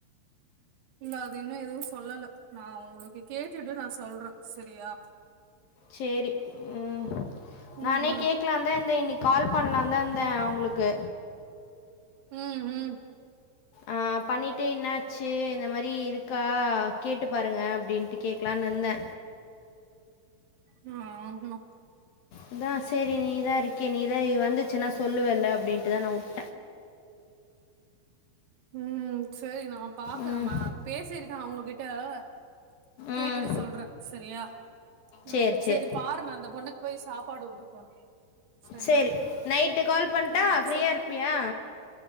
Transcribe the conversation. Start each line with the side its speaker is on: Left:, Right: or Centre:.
Right: இல்ல அது இன்னு எதுவு சொல்லல நா உங்களுக்கு கேட்டுட்டு நா சொல்றே செரியா
Left: சேரி ம்
Right: ம்
Left: நானே கேக்லான்தா இருந்தே இன்னைக் கால் பண்லான் தா இருந்தே அவுங்களுக்கு
Right: ம் ம்
Left: ஆ பண்ணிட்டு இன்னாச்சு இந்த மாரி இருக்கா கேட்டு பாருங்க அப்டின் ட்டு கேக்லான் இருந்தே
Right: நா தா
Left: அதா சேரி நீதா இருக்கியே நீதா வந்துச்சின்னா சொல்லுவல்ல அப்டின்டுதா நா வுட்
Right: ம் சேரி நாப் பாக்றம்மா
Left: ம்
Right: பேசிருக்கே அவுங்ககிட்ட அ கேட்டுட்டு
Left: ம்
Right: சொல்ற செரியா ம்
Left: சரி
Right: செரி
Left: சரி
Right: பாரு நா அந்த பொண்ணுக்கு பேய் சாப்பாடு ஊட்டப் போறே சரியா
Left: சேரி நைட்டு கால் பண்டா
Right: ம்
Left: ஃப்ரீயா
Right: சரி
Left: இருப்பியா